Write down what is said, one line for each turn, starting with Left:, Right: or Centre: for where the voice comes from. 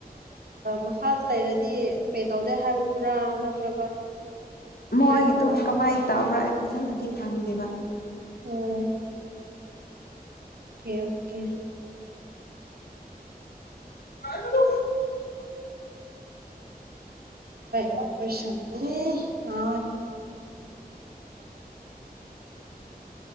Right: ꯃꯈꯥꯗ ꯂꯩꯔꯗꯤ ꯄꯦ ꯇꯧꯗꯦ ꯍꯥꯏꯕꯗꯨꯔꯥ ꯅꯠꯇ꯭ꯔꯒ <inaudible> <unintelligible>
Left: ꯃꯣꯏꯒꯤꯗꯨ
Right: ꯇꯧꯒꯦ
Left: ꯀꯃꯥꯏꯅ ꯇꯧꯕ꯭ꯔꯥ ꯑꯩ ꯐꯖꯅꯗꯤ ꯈꯪꯗꯦꯕ
Right: ꯑꯣ ꯊ ꯑꯣꯀꯦ
Left: ꯋꯥꯒ
Right: ꯃ ꯄ꯭ꯔꯁ ꯑ